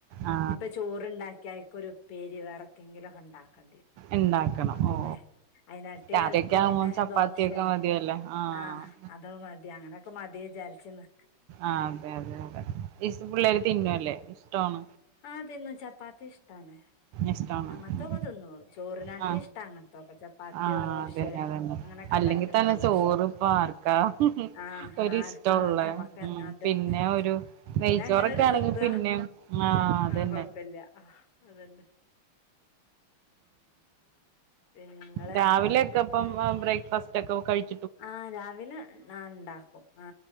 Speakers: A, on the right; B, on the left.
A: ആ
B: ഇഞ്ഞിപ്പ ചോറ്ണ്ടാക്ക്യയിക്കൊരു- പേരി വേറ കെങ്കിലൊക്കണ്ടാക്കണ്ടിരും
A: ഇണ്ടാക്കണം
B: അപ്പിന്നെ
A: ഓ
B: അയിനാട്ടി
A: രാത്രിയൊക്കെ
B: എളുപ്പം
A: ആവുമ്പോ
B: പിന്നെ
A: ചപ്പാത്തിയൊക്കെ
B: ദോശെ,
A: മതിയല്ലേ ആ
B: ആഹ് അതവ് മതി അങ്ങന പ്പം മതീ ജാരിച്ചിന്ന്.
A: ആഹ് അതെയതെയതെ. ഇസ് പിള്ളേര് തിന്നുവല്ലേ? <unintelligible>
B: ആതിന്ന് ചപ്പാത്തിഷ്ട്ടാണ്.
A: ഇഷ്ടാണ്
B: അങ്ങൻത്തൊക്കെ
A: ഉം
B: തിന്നൂ ചോറിനാട്ടിഷ്ടാ
A: ആ
B: അങ്ങൻത്തൊക്കെ ചപ്പാത്തിയോ
A: ആ
B: ദോശേ
A: അതന്നെ അതന്നെ
B: അങ്ങനൊക്കിണ്ടാക്കിയൊടുത്തതാഷ്,
A: അല്ലെങ്കി തന്നെ ചോറ് ഇപ്പ ആർക്കാ
B: ആഹ്,
A: ഒരിഷ്ടമുള്ള
B: ആർക്കും മാണ്ട മക്ക <unintelligible>
A: ഉം
B: അതന്നെ
A: പിന്നെ ഒരു നെയ്ച്ചോറൊക്കെ
B: പിന്നങ്ങനാണ്ട്
A: ആണെങ്കി
B: തിന്ന,
A: പിന്നെ ആ അതന്നെ
B: ആഹ് കൊഴപ്പില്ല അതെന്നെ. പിന്നെ നിങ്ങള്
A: രാവിലെക്കെപ്പം മ ബ്രേക്ക്ഫാസ് <unintelligible>
B: ആ രാവിലെ ഞാണ്ടാക്കും ആ